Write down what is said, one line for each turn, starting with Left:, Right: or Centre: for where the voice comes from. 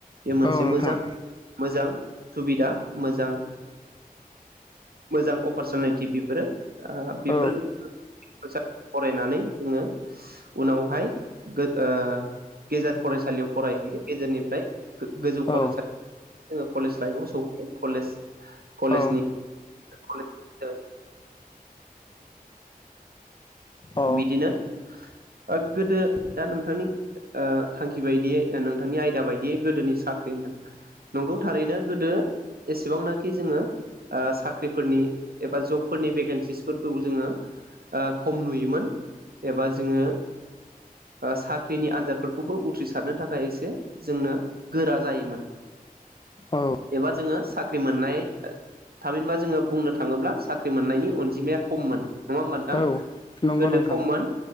Right: बे मोनसे
Left: औ नोंथां
Right: मोजां मोजां सुबिदा मोजां मोजां अपारसुनैटि बेफोरो ओ बेफोर
Left: औ
Right: मोजां फरायनानै जोंङो उनावहाय गो ओ गेजेर फरायसालियाव फरायहैयो गेजेरनिफ्राय गो-गोजौ फरायसालियाव
Left: औ
Right: जोंङो कलेज लाइफआव सौहैयो कलेज कलेजनि
Left: औ
Right: <unintelligible>
Left: औ
Right: बिदिनो ओग गोदो दा नोंथांनि ओ थांखि बायदियै नोंथांनि आयदा बायदियै गोदोनि साख्रि होनदों नंगौ थारैनो गोदो एसेबां नाखि जोंङो साख्रिफोरनि एबा जब फोरनि भेकेन्सिस फोरखौ जोंङो ओ खम नुयो मोन एबा जोंङो ओ साख्रिनि आनजादफोरखौबो उथ्रिसारनो थाखाय एसे जोंनो गोरा जायोमोन
Left: औ
Right: एबा जोंङो साख्रि मोननाय थामिनबा जोंङो बुंनो थाङोब्ला साख्रि मोननायनि अनजिमाया खम मोन नंङा होनबा नोंथां?
Left: औ नंगौ
Right: गोदो
Left: नोंथां
Right: खम मोन